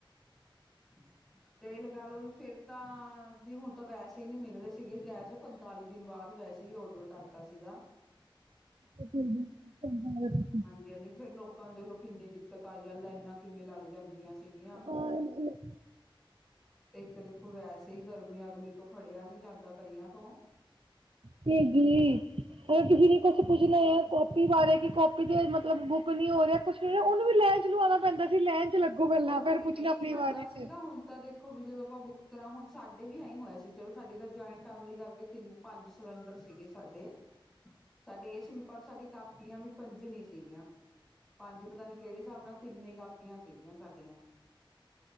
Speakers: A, in the centre; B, on the right.
A: <inaudible> ਤੇ ਲਗਾ ਲਓ ਵੀ ਫੇਰ ਤਾਂ, ਵੀ ਹੁਣ ਤਾਂ ਵੈਸੇ ਹੀ ਨਹੀਂ ਮਿਲ ਰਹੇ ਸੀਗੇ ਗੈਸ। ਪੰਤਾਲੀ ਦਿਨ ਬਾਅਦ ਵੈਸੇ ਹੀ ਔਡਰ ਕਰਤਾ ਸੀਗਾ।
B: <unintelligible>
A: ਹਾਂਜੀ ਹਾਂਜੀ। ਫੇਰ ਲੋਕਾਂ ਦੇ ਵਲੋਂ ਕਿੰਨੀ ਦਿੱਕਤ ਆਈ ਆ। ਲਾਈਨਾਂ ਕਿਵੇਂ ਲੱਗ ਜਾਂਦੀਆਂ। ਸੀਗੀਆਂ।
B: ਹਾਂ
A: ਤੇ ਇੱਕ ਦੇਖੋ ਵੈਸ ਸਹੀ ਗਰਮੀ ਅਗਲੇ ਤੋਂ ਖੜਿਆ ਨਹੀਂ ਜਾਂਦਾ ਕਈਆਂ ਤੋਂ।
B: ਤੇ ਜੀ। ਕਿਸੀ ਨੇ ਕੁਛ ਪੁੱਛਣਾ ਆ। ਕਾਪੀ ਬਾਰੇ ਕਿ ਕਾਪੀ ਦੇ ਮਤਲਬ ਬੁੱਕ ਨੀ ਹੋ ਰਿਹਾ। ਕੁਛ ਉਹਨੂੰ ਵੀ ਲਾਈਨ ਚੇ ਲਵਾਉਣਾ ਪੈਂਦਾ ਸੀ ਲਾਈਨ ਚੇ ਲੱਗੋ ਪਹਿਲਾਂ
A: ਓ
B: ਫੇਰ
A: ਟੀ
B: ਕੁਛ
A: ਪੀ
B: ਨਾ ਆਪਣੀ
A: ਨਹੀਂ ਆਂਦਾ
B: ਬਾਰੀ
A: ਸੀਗਾ
B: ਚ'
A: ਹੁਣ ਤਾਂ ਦੇਖੋ ਵੀ ਜਦੋਂ ਆਪਾਂ ਬੁੱਕ ਕਰਾਂ ਹੁਣ ਸਾਡੇ ਵੀ ਆਈ ਹੋਇਆ ਸੀ ਚਲੋ ਸਾਡੀ ਤਾਂ ਜੁਆਇੰਟ ਫੈਮਿਲੀ ਕਰਕੇ ਤਿੰਨ ਪੰਜ ਸਿਲੰਡਰ ਸੀਗੇ। ਸਾਡੇ- ਸਾਡੇ ਸੀ ਵੀ ਪਰ ਸਾਡੇ ਕਾਪੀਆਂ ਵੀ। ਪੰਜ ਨੀ ਸੀਗੀਆਂ। ਪੰਜ ਪਤਾ ਨੀ ਕਿਹੜੇ ਹਿਸਾਬ ਨਾਲ ਤਿੰਨੇ ਕਾਪੀਆਂ ਸੀ। ਸਾਡੀਆਂ